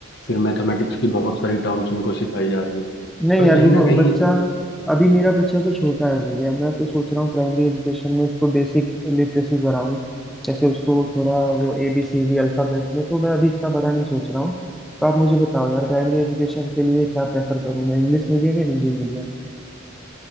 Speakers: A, on the left; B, in the centre.
A: फिर मैथमेटिक्स की बहुत सारी टर्म्स उनको सिखाई जा रही हैं
B: नहीं
A: पर
B: यार
A: कहीं
B: देखो
A: ना कहीं
B: बच्चा अभी मेरा बच्चा तो छोटा है भैया मैं तो सोच रहा हूँ प्राइमरी एजुकेशन में उसको बेसिक लिटरेसी कराऊं जैसे उसको थोड़ा वो A B C D alphabet में तो मैं अभी इतना बड़ा नहीं सोच रहा हूँ तो आप मुझे बताओ यार प्राइमरी एजुकेशन के लिए क्या प्रेफर करूँ मैं इंग्लिश मीडियम या हिंदी मीडियम